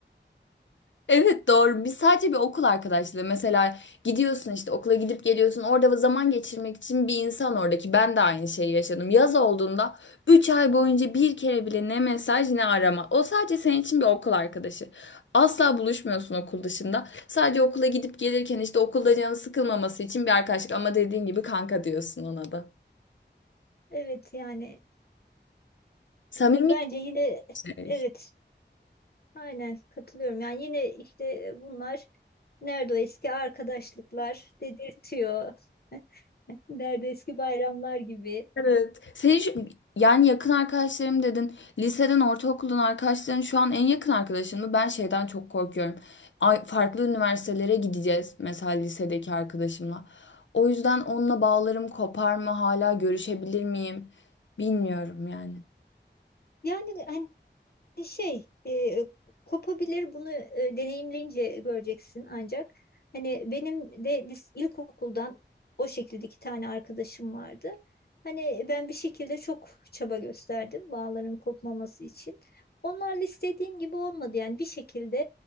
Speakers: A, on the left; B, on the left.
A: Evet doğru. Biz sadece bir okul arkadaşlığı. Mesela gidiyorsun işte okula gidip geliyorsun. Orada zaman geçirmek için bir insan oradaki. Ben de aynı şeyi yaşadım. Yaz olduğunda 3 ay boyunca bir kere bile ne mesaj ne arama. O sadece senin için bir okul arkadaşı. Asla buluşmuyorsun okul dışında. Sadece okula gidip gelirken işte okulda canı sıkılmaması için bir arkadaşlık. Ama dediğin gibi kanka diyorsun ona da.
B: Evet yani
A: Samimi
B: bence yine
A: bir şey.
B: evet Aynen katılıyorum. Yani yine işte e, bunlar nerede o eski arkadaşlıklar dedirtiyor. <laughs> Nerede eski bayramlar gibi.
A: Evet. Senin şu- yani yakın arkadaşlarım dedin. Liseden, ortaokuldan arkadaşların şu an en yakın arkadaşın mı? Ben şeyden çok korkuyorum. Ay, farklı üniversitelere gideceğiz mesela lisedeki arkadaşımla. O yüzden onunla bağlarım kopar mı? Hala görüşebilir miyim? Bilmiyorum yani.
B: Yani hani Şey, e, kopabilir bunu e, deneyimleyince göreceksin ancak. Hani benim de lis- ilkokuldan o şekilde iki tane arkadaşım vardı. Hani ben bir şekilde çok çaba gösterdim bağların kopmaması için. Onlarla istediğim gibi olmadı yani bir şekilde